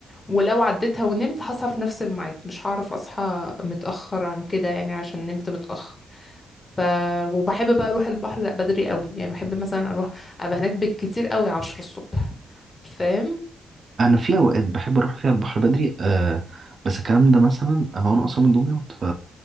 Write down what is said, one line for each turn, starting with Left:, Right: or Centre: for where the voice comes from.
Left: ولو عديتها ونمت هصحى في نفس الميعاد مش هعرف اصحى متأخر عن كده يعني عشان نمت متأخر ف وبحب بقى اروح البحر لا بدري قوي يعني بحب مثلا اروح ابقى هناك بالكتير قوي عشرة الصبح فاهم
Right: انا في اوقات بحب اروح فيها البحر بدري آه بس الكلام ده مثلا هو
Left: مم.
Right: انا اصلا من دمياط ف